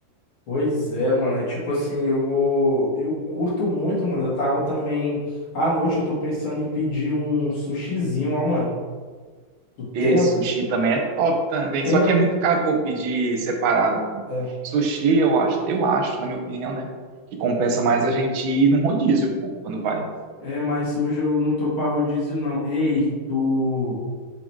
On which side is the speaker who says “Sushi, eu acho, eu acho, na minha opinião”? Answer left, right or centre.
Right